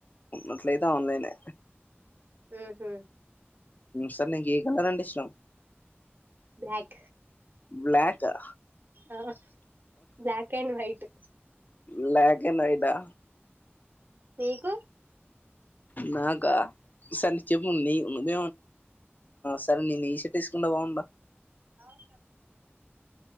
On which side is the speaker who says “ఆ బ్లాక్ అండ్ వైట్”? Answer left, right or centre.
Right